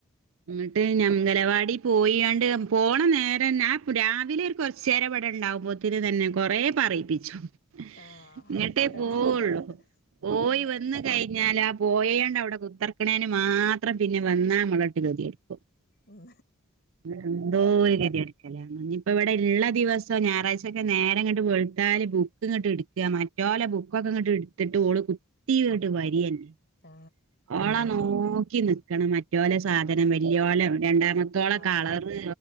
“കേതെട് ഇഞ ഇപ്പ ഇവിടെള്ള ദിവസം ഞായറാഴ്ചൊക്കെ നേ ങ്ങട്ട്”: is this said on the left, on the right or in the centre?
Right